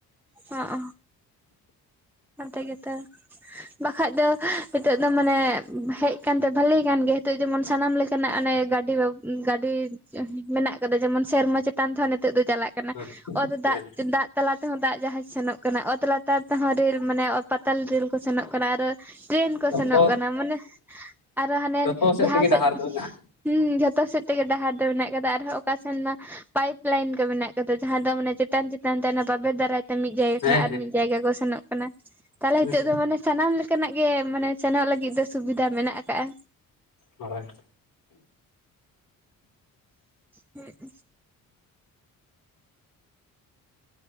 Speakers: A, in the centre; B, on the left.
A: ᱦᱚᱸᱜ-ᱚ᱾ ᱚᱸᱰᱮ ᱜᱮᱛᱚ᱾ ᱵᱟᱠᱷᱟᱡᱽ ᱫᱚ ᱱᱤᱛᱳᱜ ᱫᱚ ᱢᱟᱱᱮ ᱦᱮᱡ ᱠᱟᱱᱛᱮ ᱵᱷᱟᱞᱤᱭ ᱠᱟᱱ ᱜᱮᱭᱟ ᱦᱤᱛᱳᱜ ᱡᱮᱢᱚᱱ ᱥᱟᱱᱟᱢ ᱞᱮ ᱠᱟᱱᱟ ᱚᱱᱮ ᱜᱟᱹᱰᱤ, ᱜᱟᱹᱰᱤ ᱢᱮᱱᱟᱜ ᱠᱟᱫᱟ ᱡᱮᱢᱚᱱ ᱥᱮᱨᱢᱟ ᱪᱮᱛᱟᱱ ᱛᱮᱦᱚᱸ ᱱᱤᱛᱚᱜ ᱫᱚ ᱪᱟᱞᱟᱜ ᱠᱟᱱᱟ,
B: ᱦᱮᱸ
A: ᱚᱛ
B: ᱦᱮᱸ
A: ᱫᱟᱜ ᱫᱟᱜ ᱛᱟᱞᱟ ᱛᱮᱦᱚᱸ ᱫᱟᱜ ᱡᱟᱦᱟᱡᱽ ᱥᱮᱱᱚᱜ ᱠᱟᱱᱟ, ᱚᱛ ᱞᱟᱛᱟᱨ ᱛᱮᱦᱚᱸ ᱨᱮᱹᱞ ᱢᱟᱱᱮ ᱚᱛ ᱯᱟᱛᱟᱞ ᱨᱮᱹᱞ ᱠᱚ ᱥᱮᱱᱚᱜ ᱠᱟᱱᱟ, ᱟᱨ ᱴᱨᱮᱹᱱ ᱠᱚ ᱥᱮᱱᱚᱜ
B: ᱡᱚᱛᱚ
A: ᱠᱟᱱᱟ ᱢᱟᱱᱮ ᱟᱨ ᱦᱟᱱᱮ
B: ᱡᱚᱛᱚ
A: ᱡᱟᱦᱟᱸ
B: ᱛᱮᱜᱮ
A: ᱥᱮᱫ
B: ᱰᱟᱦᱟᱨ ᱫᱚ ᱦᱮᱱᱟᱜᱼᱟ
A: ᱦᱩᱸ, ᱡᱷᱚᱛᱚ ᱥᱮᱫ ᱛᱮᱜᱮ ᱰᱟᱦᱟᱨ ᱫᱚ ᱢᱮᱱᱟᱜ ᱠᱟᱫᱟ ᱟᱨᱦᱚᱸ ᱚᱠᱟ ᱥᱮᱱ ᱢᱟ ᱯᱟᱭᱤᱯ ᱞᱟᱭᱤᱱ ᱠᱚ ᱢᱮᱱᱟᱜ ᱠᱟᱫᱟ᱾ ᱡᱟᱦᱟᱸ ᱫᱚ ᱢᱟᱱᱮ ᱪᱮᱛᱟᱱ ᱪᱮᱛᱟᱱ ᱛᱮ ᱚᱱᱟ ᱵᱟᱵᱮᱨ ᱫᱟᱨᱟᱭ ᱛᱮ ᱢᱤᱫ ᱡᱟᱭᱜᱟ
B: ᱦᱮᱸ
A: ᱠᱷᱚᱱᱟᱜ ᱟᱨ ᱢᱤᱫ ᱡᱟᱭᱜᱟ ᱠᱚ ᱥᱮᱱᱚᱜ ᱠᱟᱱᱟ᱾ ᱛᱟᱦᱞᱮ
B: ᱦᱮᱸ
A: ᱦᱤᱛᱚᱜ ᱫᱚ ᱢᱟᱱᱮ ᱥᱟᱱᱟᱢ ᱞᱮᱠᱟᱱᱟᱜ ᱜᱮ ᱢᱟᱱᱮ ᱥᱮᱱᱚᱜ ᱞᱟᱹᱜᱤᱫ ᱫᱚ ᱥᱩᱵᱤᱫᱟ ᱢᱮᱱᱟᱜ ᱠᱟᱜ-ᱟ᱾
B: ᱦᱳᱭ᱾
A: ᱦᱩᱸᱜ-ᱩᱸ᱾